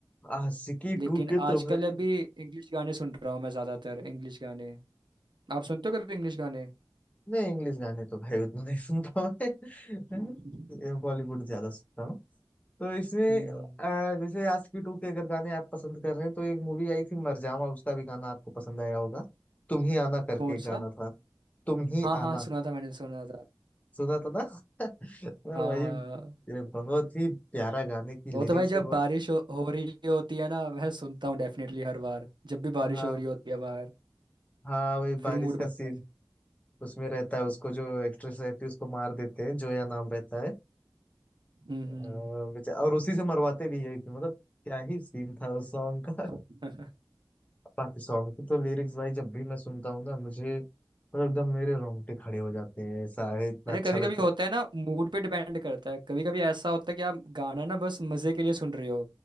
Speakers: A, on the left; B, on the right.
A: आशिकी
B: लेकिन
A: टू के
B: आजकल
A: तो भाई
B: अभी इंग्लिश गाने सुन रहा हूँ मैं ज्यादातर इंग्लिश गाने आप सुनते हो कभी इंग्लिश गाने
A: नहीं इंग्लिश गाने तो भाई उतना नहीं सुनता मैं
B: <laughs> हम्म
A: <laughs> बॉलीवुड ज्यादा सुनता हूँ तो इसमें
B: हम्म।
A: अ, जैसे आशिकी टू के अगर गाने आप पसंद कर रहे हैं तो एक मूवी आई थी मरजावा उसका भी गाना आपको पसंद आया होगा तुम ही आना करके
B: कौन
A: एक गाना
B: सा
A: था तुम ही
B: हाँ हाँ
A: आना
B: सुना था मैंने सुना था
A: सुना था ना <laughs> मैं
B: हाँ
A: वही
B: हाँ हाँ।
A: ये बहुत ही प्यारा गाने की
B: वो
A: लिरिक्स
B: तो भाई जब
A: है बहुत
B: बारिश हो, हो रही होती है ना मैं सुनता हूँ डेफिनेटली हर बार जब भी बारिश
A: हाँ
B: हो रही होती है बाहर
A: हाँ वही
B: फिर
A: बारिश
B: मूड बनता
A: का सीन
B: है
A: उसमें रहता है उसको जो एक्ट्रेस रहती है उसको मार देते हैं जोया नाम रहता है
B: हम्म
A: अ, बेचा- और उसी से मरवाते भी है कि मतलब क्या ही सीन था उस सॉन्ग का
B: हम्म। <laughs>
A: बाकी सॉन्ग की तो लिरिक्स भाई जब भी मैं सुनता हूँ ना मुझे मतलब एकदम मेरे रोंगटे खड़े हो जाते हैं ऐसा है इतना
B: अरे
A: अच्छा
B: कभी
A: लग
B: कभी
A: जाता
B: होता है ना मूड पे डिपेंड करता है कभी कभी ऐसा होता है कि आप गाना ना बस मजे के लिए सुन रहे हो